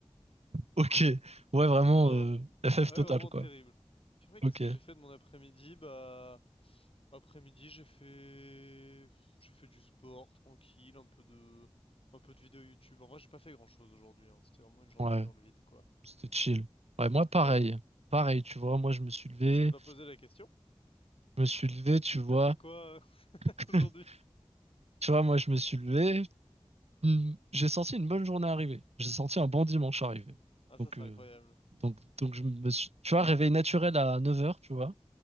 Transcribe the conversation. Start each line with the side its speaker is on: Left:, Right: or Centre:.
Right: Ok, ouais, vraiment
Left: Genre,
Right: euh, FF
Left: ah
Right: total,
Left: ouais, vraiment
Right: quoi.
Left: terrible. Purée, qu'est-ce
Right: Ok,
Left: que j'ai fait de mon après-midi? Bah, après-midi, j'ai fait, j'ai fait du sport, tranquille, un peu de, un peu de vidéo YouTube. En vrai, j'ai pas fait grand-chose aujourd'hui, hein. C'était vraiment une journée
Right: ouais,
Left: dans le vide, quoi.
Right: c'était chill. Ouais, moi, pareil.
Left: Ouais.
Right: Pareil, tu vois, moi, je me suis levé,
Left: Mais je t'ai pas posé la question.
Right: je me suis levé,
Left: T'es au
Right: tu
Left: team,
Right: vois.
Left: t'as fait quoi euh, <laughs>
Right: <laughs>
Left: aujourd'hui?
Right: Tu vois, moi, je me suis levé, hmm, j'ai senti une bonne journée arriver. J'ai senti un bon dimanche arriver.
Left: Ah, ça,
Right: Donc,
Left: c'est
Right: euh,
Left: incroyable.
Right: donc, donc, je me suis, tu vois, réveil naturel à 9h, tu vois,